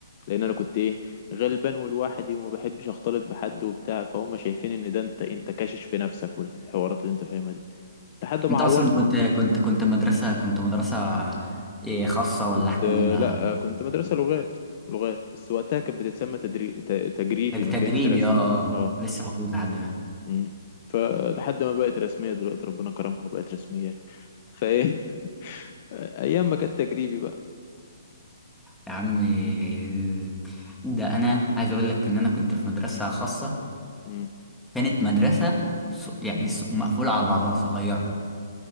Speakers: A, on the left (about 40°); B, in the centre.
A: لان انا كنت ايه غلبان ولوحدي وما بحبش اختلط بحد وبتاع فهم شايفين ان ده انت انت كاشش في نفسك والحوارات اللي انت فاهمها دي لحد ما
B: انت
A: عورت
B: اصلا كنت كنت كنت مدرسه كنت مدرسه إيه خاصه
A: كنت
B: ولا حكومه
A: لا كنت مدرسة لغات لغات بس وقتها كانت بتتسمى تدري... ت... تجريبي
B: تج-
A: ما
B: تجريبي
A: كانتش رسمي
B: اه اه
A: اه
B: لسه موجود لحد دلوقتي.
A: امم فلحد ما بقت رسمية دلوقتي ربنا كرمها وبقت رسمية فايه <laughs> ايام ما كانت تجريبي بقى
B: يا عم إيه، ده انا عايز اقول لك ان انا كنت في مدرسه خاصه
A: مم.
B: كانت مدرسه ص- يعني ص- مقفوله على بعضها صغيره